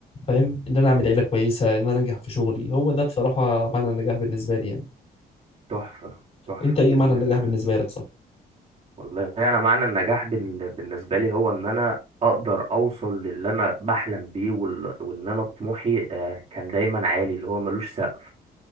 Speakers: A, on the left; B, on the right.
A: فاهم إن أنا أعمل عيلة كويسة إن أنا أنجح في شغلي هو ده بصراحة معنى النجاح بالنسبة لي يعني
B: تحفة تحفة
A: أنت إيه
B: بإذن
A: معنى النجاح
B: الله
A: بالنسبة لك
B: والله انا معنى النجاح بال- بالنسبه لي هو ان انا اقدر اوصل للي انا بحلم بيه وال- وان انا طموحي آه، كان دايما عالي اللي هو ملوش سقف